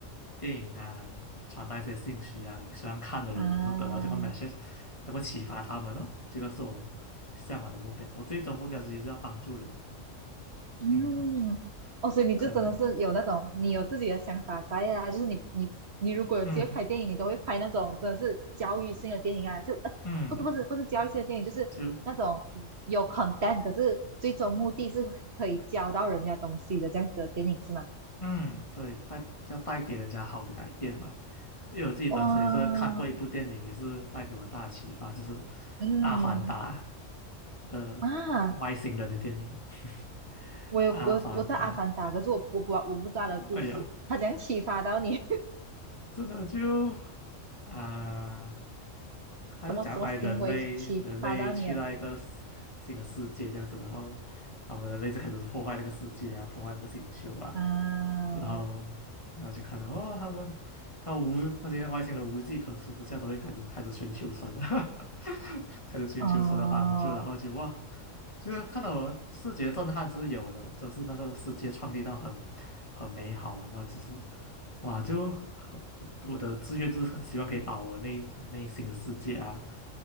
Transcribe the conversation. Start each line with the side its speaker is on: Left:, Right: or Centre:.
Left: 电影啊传达一些信息啊，希望看的人能够得到这个
Right: 啊，
Left: message，能够启发他们哦，这个是我向往的目标。我最终目标其实是要帮助人，
Right: 嗯，
Left: 嗯，
Right: 哦，所以你就真的是有那种，
Left: 可能，
Right: 你有自己的想法在啊，就是你你你如果有机会拍电影，
Left: 嗯
Right: 你都会拍那种真的是教育性的电影啊，就呃不是不是不是教育性的电影，
Left: 嗯，
Right: 就是那种有
Left: 就。
Right: content，可是最终目的是可以教到人家东西的这样子的电影是吗？
Left: 嗯，对，带要带给人家好的改变嘛。因为我自己本身也是看过一部电影，
Right: 哇，
Left: 也是带给我很大的启发，就是
Right: 嗯
Left: 《阿凡达》那个外星人的电影，
Right: 啊，
Left: <laughs>《阿凡达》。
Right: 我有我我在《阿凡达》，可是我我不我不知道它的故事，
Left: 哎呀，
Right: 他怎样启发到你？<laughs>
Left: 真的就啊、还是讲把人类人类去到一个世新的世界这样子，
Right: 什么什么行为启发到你了？
Left: 然后他们人类就开始破坏那个世界啊，破坏那个星球啊，
Right: 嗯，
Left: 然后然后就看到哦，他们他无那些外星人无计可施之下，都会开始开始寻求神啊，<laughs> 开始寻求神的帮助，
Right: 哦，
Left: 然后就哇。其实看到我视觉震撼是有的，只是那个世界创立到很很美好啊，我只是哇，就很我的志愿就是很希望可以把我内内心的世界啊，